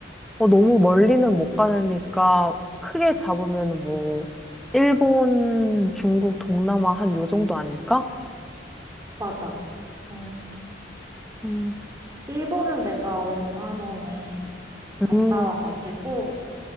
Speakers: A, in the centre; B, on the right.
A: 어, 너무 멀리는 못 가니까, 크게 잡으면 뭐, 일본, 중국, 동남아 한 요 정도 아닐까?
B: 맞아. 응.
A: 음.
B: 일본은 내가 얼마 전에 갔다
A: 음,
B: 와가지고,